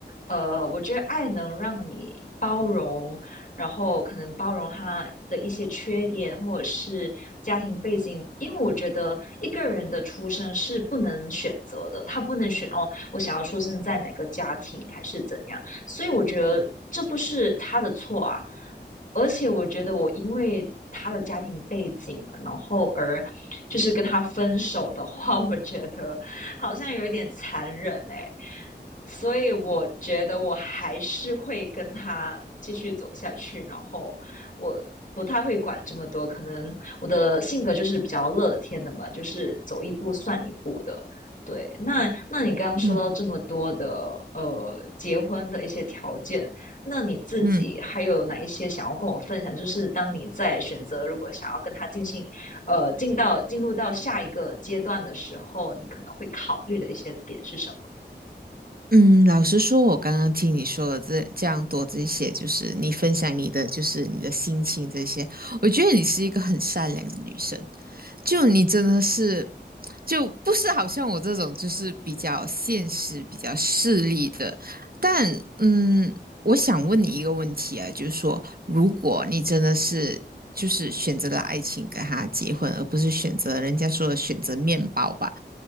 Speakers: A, on the left (about 45°); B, on the right (about 55°).
A: 呃，我觉得爱能让你包容，然后可能包容他的一些缺点或者是家庭背景，因为我觉得一个人的出生是不能选择的，他不能选哦，我想要出生在哪个家庭还是怎样。所以我觉得这不是他的错啊。而且我觉得我因为他的家庭背景，然后而就是跟他分手的话，我觉得好像有一点残忍哎、欸所以我觉得我还是会跟他继续走下去，然后我不太会管这么多，可能我的性格就是比较乐天的吧，就是走一步算一步的。对，那那你刚刚说到这么多的呃结婚的一些条件，
B: 嗯嗯。
A: 那你自己还有哪一些想要跟我分享？
B: 嗯
A: 就是当你在选择如果想要跟他进行呃进到进入到下一个阶段的时候，你可能会考虑的一些点是什么？
B: 嗯，老实说，我刚刚听你说了这这样多这些，就是你分享你的，就是你的心情这些，我觉得你是一个很善良的女生，就你真的是，就不是好像我这种就是比较现实、比较势利的，但嗯，我想问你一个问题啊，就是说，如果你真的是就是选择了爱情跟他结婚，而不是选择人家说的选择面包吧？